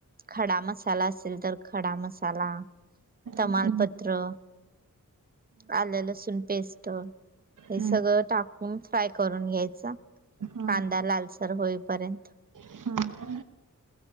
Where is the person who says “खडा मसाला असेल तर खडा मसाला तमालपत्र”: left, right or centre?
Right